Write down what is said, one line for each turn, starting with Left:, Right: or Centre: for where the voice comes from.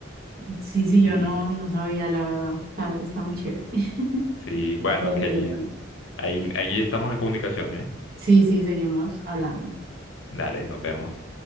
Right: Sí, sí, yo
Left: Sí,
Right: no, no sabía, la verdad. O sea, está muy
Left: sí,
Right: chévere. <laughs>
Left: sí. Bueno,
Right: Aprender
Left: Kelly,
Right: y aprender.
Left: ahí, ahí estamos en comunicación, ¿eh?
Right: Sí, sí, seguimos hablando.
Left: Dale, nos vemos.